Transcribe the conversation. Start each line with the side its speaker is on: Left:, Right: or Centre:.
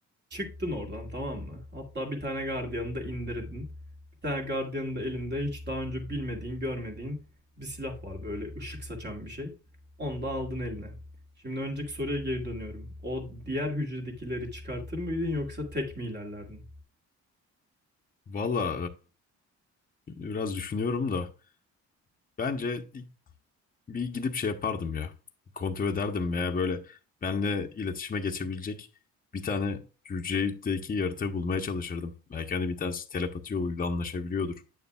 Right: Çıktın oradan tamam mı? Hatta bir tane gardiyanı da indirdin. Bir tane gardiyanın da elinde hiç daha önce bilmediğin, görmediğin bir silah var böyle ışık saçan bir şey. Onu da aldın eline. Şimdi önceki soruya geri dönüyorum. O diğer hücredekileri çıkartır mıydın yoksa tek mi ilerlerdin?
Left: Valla e, şimdi biraz düşünüyorum da bence ilk bir gidip şey yapardım ya. Kontrol ederdim veya böyle benle iletişime geçebilecek bir tane hücredeki yaratığı bulmaya çalışırdım. Belki hani bir tanesi telepati yoluyla anlaşabiliyordur.